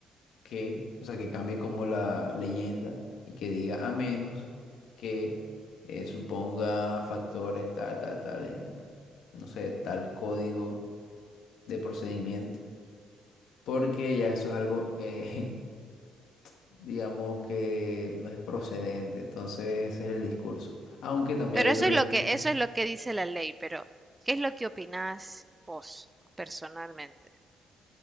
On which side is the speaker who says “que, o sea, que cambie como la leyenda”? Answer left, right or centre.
Left